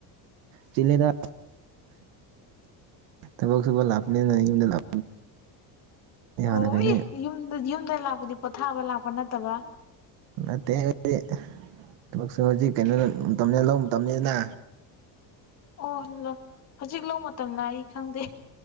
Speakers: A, on the right (about 75°); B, on the left (about 35°).
A: ꯆꯤꯂꯦꯗ ꯊꯕꯛ ꯁꯨꯕ ꯂꯥꯛꯞꯄꯅꯤꯅ ꯌꯨꯝꯗ ꯂꯥꯛ ꯌꯥꯥꯟꯅ
B: ꯑꯣ
A: ꯀꯩꯅꯦ
B: ꯑꯦ
A: <unintelligible>
B: ꯌꯨꯝꯗ ꯌꯨꯝꯗ ꯂꯥꯛꯄꯗꯤ ꯄꯣꯊꯥꯕ ꯂꯥꯛꯄ ꯅꯠꯇꯕ꯫
A: ꯅꯠꯇꯦ ꯑꯩꯗꯤ ꯊꯕꯛꯁꯨ ꯍꯧꯖꯤꯛ ꯀꯩꯅꯣ ꯃꯇꯝꯅꯤꯅ ꯂꯧꯕ ꯃꯇꯝꯅꯤꯅ꯫
B: ꯑꯣ ꯍꯧꯖꯤꯛ ꯂꯧ ꯃꯇꯝꯂ ꯑꯩ ꯈꯪꯗꯦ꯫